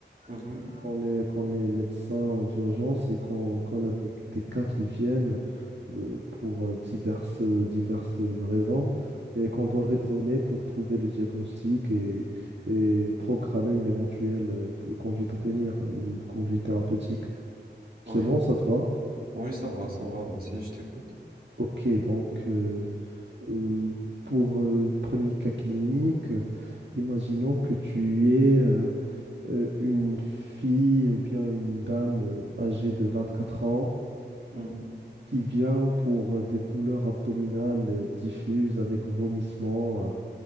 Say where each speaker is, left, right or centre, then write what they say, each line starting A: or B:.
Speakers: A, on the right (about 55°); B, on the right (about 75°).
A: Mhm,
B: qu'on est, qu'on est médecin aux urgences et qu'on qu'on a des, des cas qui viennent de- pour euh, diverses, diverses raisons et qu'on
A: mhm,
B: doit raisonner pour trouver le diagnostic et, et programmer une éventuelle euh, conduite à tenir, une conduite thérapeutique. C'est
A: Oui.
B: bon, ça te va?
A: Oui, ça va, ça va, vas-y, je t'écoute.
B: Ok, donc euh, euh, pour euh, premier cas clinique, euh, imaginons que tu es euh, euh, une fille ou bien une dame euh, âgée de 24 ans
A: Mhm,
B: qui vient pour euh, des douleurs abdominales euh, diffuses avec vomissements, euh,